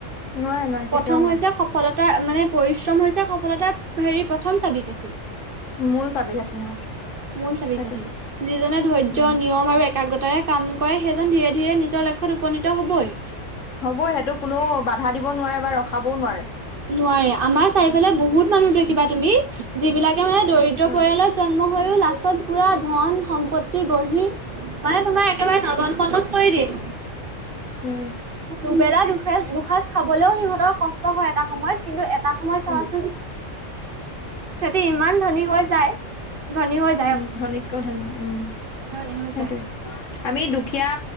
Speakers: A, on the left; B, on the right.
A: নোৱাৰে নোৱাৰে কেতিয়াও
B: প্ৰথম।
A: নোৱাৰে
B: সফলতা মানে পৰিশ্ৰম হৈছে সফলতাৰ হেৰি প্ৰথম চাবি কাঠি।
A: মূল চাবি কাঠি অ
B: মূল চাবি
A: সেইটোৱে
B: কাঠি যিজনে ধৈৰ্য্য
A: উম
B: নিয়ম আৰু এ একাগ্ৰতাৰে কাম কৰে সেইজন ধীৰে ধীৰে নিজৰ লক্ষ্যত উপনীত হ'বই।
A: হ'ব সেইটো কোনেও বাধা দিব নোৱাৰে বা ৰখাবও নোৱাৰে।
B: নোৱাৰে আমাৰ চাৰিফালে বহুত মানুহ দেখিবা তুমি যিবিলাকে মানে দৰিদ্ৰ
A: উম
B: পৰিয়ালত। জন্ম হৈয়ো লাষ্টত পুৰা ধন সম্পত্তি গঢ়ি। মানে তোমাক একেবাৰে নগন পগন কৈ দিয়।
A: উম
B: দুবেলা দুসজ, দুসাঁজ খাবলৈও সিহঁতৰ কষ্ট হয় এটা সময়ত। কিন্তু এটা সময় চাবচোন
A: উম
B: সিহতি ইমান ধনী হৈ যায়। ধনী হয়
A: উম, ধনীতকেও ধনী উম,
B: ধনী হৈ
A: সেইটোৱে।
B: যায়।
A: আমি দুখীয়া